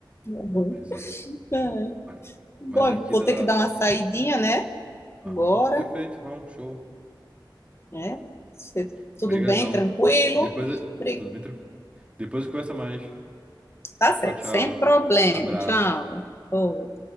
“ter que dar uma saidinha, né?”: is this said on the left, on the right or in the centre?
Left